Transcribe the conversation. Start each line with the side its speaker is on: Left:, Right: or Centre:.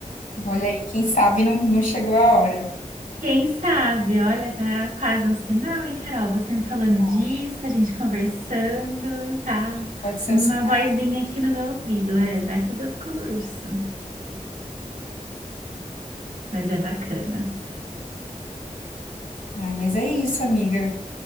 Left: Olha aí, quem sabe não, não chegou a hora.
Right: Quem sabe? Olha, tá quase um sinal, hein, Carol? Você me falando
Left: Acho
Right: disso, a gente conversando, tá?
Left: que pode ser
Right: Uma
Left: um sinal.
Right: vozinha aqui no meu ouvido, é, vai fazer o curso, mas é bacana.
Left: Ai, mas é isso, amiga.